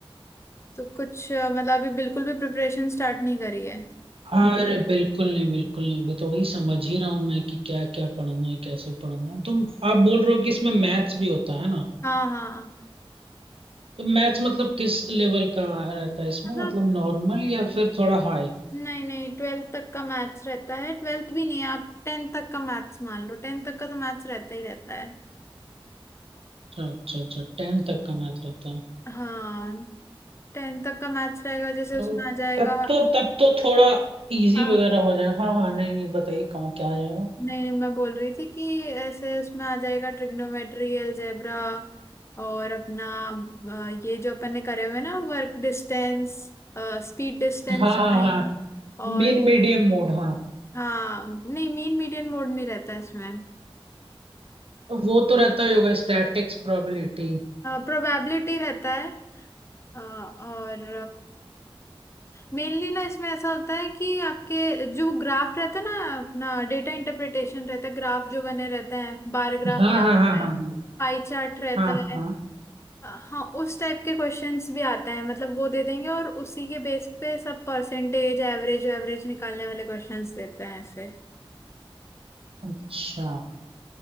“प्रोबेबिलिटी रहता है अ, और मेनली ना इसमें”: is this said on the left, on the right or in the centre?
Left